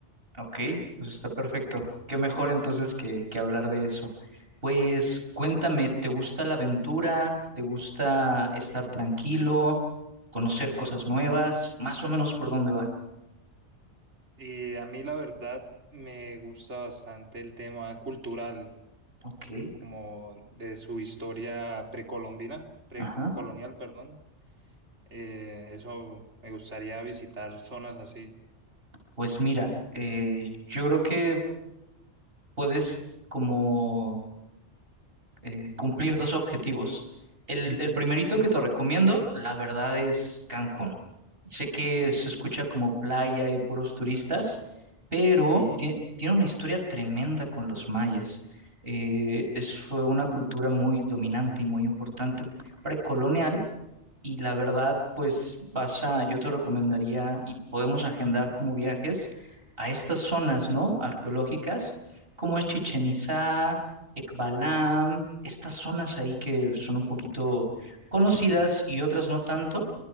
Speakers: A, on the right; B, on the right.
A: ok, pues está perfecto. Qué mejor entonces que, que hablar de eso. Pues cuéntame, ¿te gusta la aventura? ¿Te gusta estar tranquilo? ¿Conocer cosas nuevas? Más o menos por dónde va.
B: y a mí la verdad me gusta bastante el tema cultural,
A: Ok.
B: como de su historia precolombina, precolonial,
A: Ajá.
B: perdón, Eh, eso me gustaría visitar zonas así.
A: Pues mira, eh, yo creo que puedes como eh, cumplir dos objetivos. El, el primerito que te recomiendo, la verdad, es Cancún. Sé que se escucha como playa y puros turistas, pero
B: Y,
A: tie- tiene una historia tremenda con los mayas. Eh, es, fue una cultura muy dominante y muy importante precolonial y la verdad, pues vas a, yo te recomendaría y podemos agendar como viajes a estas zonas, ¿no? Arqueológicas, como es Chichen Itzá, Ekbalam, estas zonas ahí que son un poquito conocidas y otras no tanto.